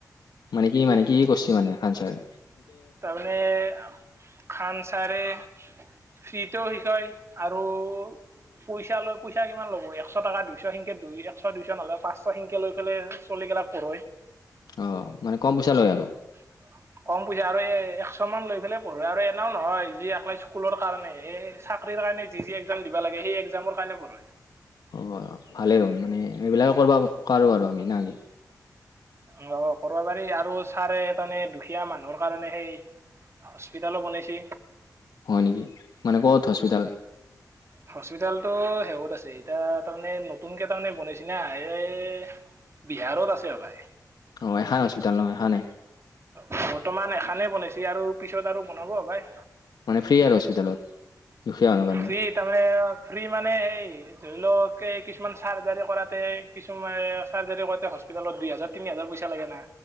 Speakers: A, on the left (about 85°); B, on the right (about 40°).
A: মানে কি, মানে কি কৰিছে, মানে খানচাৰে?
B: তাৰমানে, খান চাৰে ফ্ৰীতেও শিকায়, আৰু পইচা লৈ, পইচা কিমান ল'ব? একশ টকা, দুইশ সেনকে, দুই একশ, দুইশ নলয়, পাঁচশ সেনকে লৈ পেলেই চলি গেলা পৰ
A: অ, মানে, কম পইচা লয় আৰু।
B: <inaudible> কম পইচা, আৰু এ, একশ মান লৈ পেলাই পঢ়ে, আৰু এনেও নহয়, যি একেলাই স্কুলৰ কাৰণে চাকৰি কাৰণে, যি এক্সাম দিবা লাগে, সেই এক্সামৰ কাৰণে পঢ়ৈ।
A: অ', ভালে হ'ল মানে এইবিলাকে কৰিব পাৰোঁ আৰু আমি নাকি!
B: অ', অ', কৰিব পাৰি আৰু ছাৰে তামানে দুখীয়া মানুহৰ কাৰণে সেই হস্পিতালো বনাইছে।
A: হয় নেকি, মানে ক'ত হস্পিতাল?
B: হস্পিতালতো <unintelligible> আছে এতিয়া, তাৰমানে নতুনকৈ তাৰমানে বনাইছে না এই বিহাৰত আছে অ', ভাই।
A: অ', এখান হস্পিতাল ন, এখানে!
B: বৰ্তমান এখানে বনাইছে আৰু পিছত আৰু বনাব আৰু ভাই।
A: মানে ফ্ৰী আৰু হস্পিতালত দুখীয়া মানুহৰ কাৰণে!
B: ফ্ৰী তাৰমানে ফ্ৰী মানে সেই ধৰি লওঁক কিছুমান চাৰ্জাৰী কৰাতে কিছুমান চাৰ্জাৰী কৰাতে হস্পি তালত দুই হাজাৰ, তিনি হাজাৰ পইচা লাগে না!